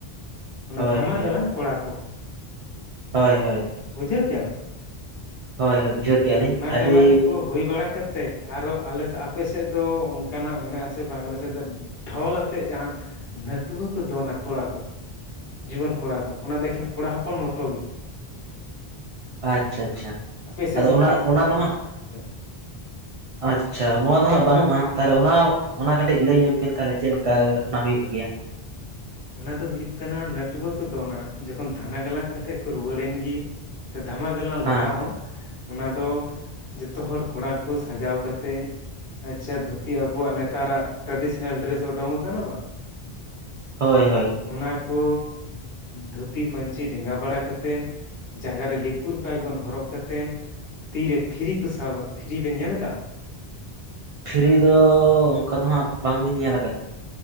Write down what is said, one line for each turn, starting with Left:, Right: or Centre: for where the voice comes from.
Left: ᱚᱱᱟ
Right: ᱦᱳᱭ
Left: ᱫᱷᱟᱢᱟ
Right: ᱦᱳᱭ
Left: ᱜᱟᱞᱟᱝ ᱠᱚᱲᱟ ᱠᱚ᱾
Right: ᱦᱳᱭ ᱦᱳᱭ ᱾
Left: ᱵᱩᱡᱷᱟᱹᱣ ᱠᱮᱭᱟᱢ
Right: ᱦᱳᱭ ᱦᱳᱭ ᱵᱩᱡᱷᱟᱹᱣ ᱠᱮᱭᱟ ᱞᱤᱧ
Left: ᱜᱟᱞᱟᱝ
Right: ᱟᱹᱰᱤ
Left: ᱠᱚ ᱦᱩᱭ ᱵᱟᱲᱟ ᱠᱟᱛᱮᱫ ᱟᱨᱦᱚᱸ ᱟᱞᱮ ᱟᱯᱮ ᱥᱮᱫ ᱫᱚ ᱚᱱᱠᱟ ᱱᱟᱜ ᱢᱮᱱᱟᱜᱼᱟ ᱟᱥᱮ ᱵᱟᱝ ᱟᱞᱮ ᱥᱮᱫ ᱫᱚ ᱴᱷᱚᱞ ᱟᱛᱮᱫ ᱡᱟᱦᱟ ᱱᱟᱹᱴᱩᱣᱟᱹ ᱠᱚ ᱫᱚᱱ-ᱟ ᱠᱚᱲᱟ ᱠᱚ ᱡᱩᱣᱟᱹᱱ ᱠᱚᱲᱟ ᱠᱚ ᱚᱱᱟ ᱫᱚ ᱮᱠᱷᱮᱱ ᱠᱚᱲᱟ ᱦᱚᱯᱚᱱ ᱢᱚᱛᱚ ᱜᱮ ᱾
Right: ᱟᱪᱪᱷᱟ ᱟᱪᱪᱷᱟ
Left: ᱟᱯᱮ ᱥᱮᱫ
Right: ᱟᱫᱚ
Left: ᱱᱚᱝᱠ
Right: ᱚᱱᱟ ᱚᱱᱟ ᱫᱚ ᱦᱟᱸᱜ
Left: <unintelligible>
Right: ᱟᱪᱪᱷᱟ ᱱᱚᱣᱟ ᱫᱚ ᱦᱟᱸᱜ ᱵᱟᱹᱱᱩᱜᱼᱟ, ᱛᱟᱦᱚᱞᱮ ᱚᱱᱟ ᱚᱱᱟ ᱠᱟᱹᱴᱤᱡ ᱞᱟᱹᱭ ᱧᱚᱜ ᱵᱤᱱ ᱛᱟᱦᱚᱞᱮ ᱪᱮᱫ ᱞᱮᱠᱟ ᱚᱱᱟ ᱦᱩᱭᱩᱜᱼᱟ ᱜᱮᱭᱟ ᱾
Left: ᱚᱱᱟ ᱫᱚ ᱦᱩᱭᱩᱜ ᱠᱟᱱᱟ ᱱᱟᱹᱴᱩᱣᱟᱹ ᱠᱚ ᱫᱚᱱ-ᱟ ᱡᱚᱠᱷᱚᱱ ᱫᱷᱟᱱᱟ ᱜᱟᱞᱟᱝ ᱠᱟᱛᱮᱜ ᱠᱚ ᱨᱩᱣᱟᱹᱲ ᱮᱱ ᱜᱮ ᱥᱮ <inaudible> ᱞᱟᱦᱟ
Right: ᱦᱮᱸ
Left: ᱦᱚᱸ ᱚᱱᱟ ᱫᱚ ᱡᱷᱚᱛᱚ ᱦᱚᱲ ᱠᱚᱲᱟ ᱠᱚ ᱥᱟᱡᱟᱣ ᱠᱟᱛᱮᱫ ᱟᱪᱪᱷᱟ ᱫᱷᱩᱛᱤ ᱟᱵᱚᱣᱟᱜ ᱱᱮᱛᱟᱨᱟᱜ-ᱟ ᱴᱨᱟᱰᱤᱥᱚᱱᱟᱞ ᱰᱮᱨᱮᱥ ᱩᱰᱩᱝ ᱟᱠᱟᱱᱟ ᱵᱟᱝ
Right: ᱦᱳᱭ ᱦᱳᱭ ᱾
Left: ᱚᱱᱟ ᱠᱚ ᱫᱷᱩᱛᱤ ᱯᱟᱹᱧᱪᱤ ᱰᱮᱜᱟᱸ ᱵᱟᱲᱟ ᱠᱟᱛᱮᱫ ᱡᱟᱝᱜᱟ ᱨᱮ ᱞᱤᱯᱷᱩᱨ ᱯᱟᱭᱜᱚᱱ ᱦᱚᱨᱚᱜ ᱠᱟᱛᱮᱱ ᱛᱤ ᱨᱮ ᱯᱷᱤᱨᱤ ᱠᱚ ᱥᱟᱵᱟᱺ ᱯᱷᱤᱨᱤ ᱵᱤᱱ ᱧᱮᱞ ᱟᱠᱟᱜᱼᱟ?
Right: ᱯᱷᱤᱨᱤ ᱫᱚ ᱚᱱᱠᱟ ᱫᱚ ᱦᱟᱸᱜ ᱵᱟᱝ ᱞᱤᱧ ᱧᱮᱞ ᱟᱠᱟᱫᱟ ᱾